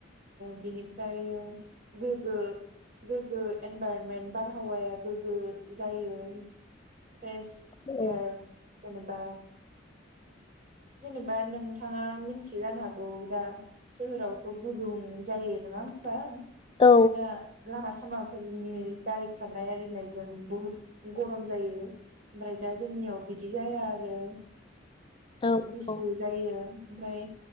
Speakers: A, on the right; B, on the left.
A: बिनिफ्राय गो्गो गोग्गो इनभरनमेन्ट बारहावाया गोग्गो जायो फ्रेस
B: औ
A: ए जेनेबा जेनेबा नोंथाङा मिथि जानो हागौ दा सोहोरावथ' गुदुं जायो नङा होनबा
B: औ
A: दा लामा सामाफोरनि गारि खारनाय आरिनायजों बुहुद गरम जायो ओमफ्राय दा जोंनियाव बिदि जाया आरो।
B: औ
A: गुसु
B: औ
A: जायो ओमफ्राय